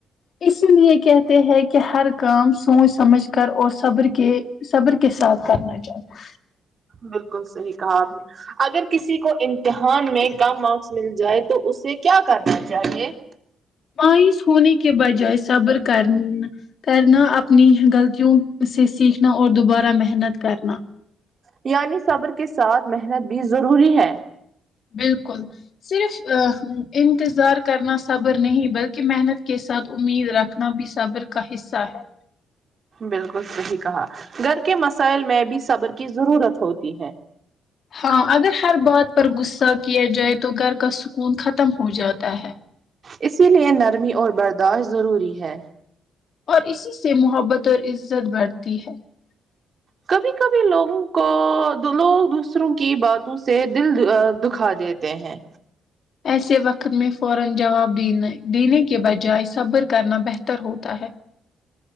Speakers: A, on the left; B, on the right.
A: اسی لیے کہتے ہیں کہ ہر کام سوچ سمجھ کر اور صبر کے صبر کے ساتھ کرنا چاہیے
B: بالکل صحیح کہا آپ نے اگر کسی کو امتحان میں کم مارکس مل جائے تو اسے کیا کرنا چاہیے
A: مایوس ہونے کے بجائے صبر کر کرنا اپنی غلطی کیوں اسے سیکھنا اور دوبارہ محنت کرنا
B: یعنی صبر کے ساتھ محنت بھی ضروری ہے
A: بالکل صرف انتظار کرنا صبر نہیں بلکہ محنت کے ساتھ امید رکھ نا بھی صبر کا حصہ ہے
B: بالکل صحیح کہا گھر کے مسائل میں بھی صبر کی ضرورت ہوتی ہے
A: ہاں اگر ہر بات پر غصہ کیا جائے تو گھر کا سکون ختم ہو جاتا ہے
B: اسی لیے نرمی اور برداشت ضروری ہے
A: اور اسی سے محبت اور عزت بڑھتی ہے <inaudible>
B: کبھی کبھی لوگوں کو لوگ دوسروں کی باتوں سے دل دکھا دیتے ہیں
A: ایسے وقت میں فوراجواب دینے دینے کے بجائے صبر کرنا بہتر ہوتا ہے